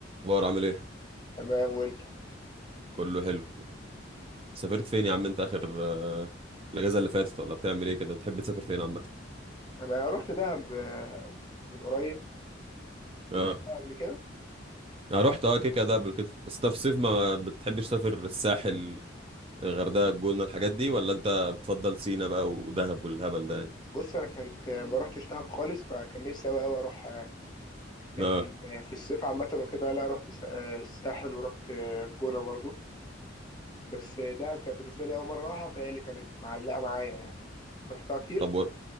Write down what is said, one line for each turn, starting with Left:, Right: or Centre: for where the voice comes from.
Right: اخبار عامل ايه
Left: تمام وانت
Right: كله حلو سافرت فين يا عم انت اخر آه، الاجازه اللي فاتت ولا بتعمل ايه كده بتحب تسافر فين عامه
Left: انا رحت دهب آه، من قريب
Right: اه
Left: رحتها قبل كده
Right: انا رحت اه كده كده قبل كده بس انت في صيف ما بتحبش تسافر الساحل الغردقه الجونه الحاجات دي ولا انت بتفضل سينا بقى ودهب والهبل ده يعني
Left: بص انا كنت آه، ما رحتش دهب خالص فكان نفسي قوي قوي اروحها يعني لكن
Right: اه
Left: آه، في الصيف عامه وكده لا رحت س- آه، الساحل ورحت آه، الجونه برضو بس آه، دهب كان بالنسبه لي اول مره اروحها فهي اللي كانت معلقه معايا يعني رحتها كتير
Right: طب ور...